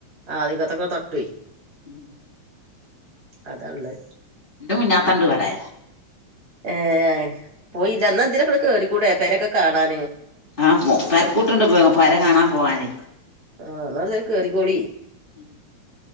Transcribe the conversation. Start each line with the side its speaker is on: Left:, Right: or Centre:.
Right: ആദ്യക്കത്തെക്കെ തട്ടും
Left: ഉം
Right: അതാ ള്ളത്
Left: ഇന്റെ കുഞാത്തണ്ട് ഇവടെ
Right: ഏ പോയില്ല ഇന്നാ ഇതിലെക്കെ കേറികൂടെ പേരൊക്കെ കാണാന്
Left: ആഹ തരക്കൂട്ടുണ്ട് പോ പെര കാണാൻ പോവാനേ
Right: ആഹ് ന്നാ ഇതിലെ കോറിക്കോളിം
Left: ഉം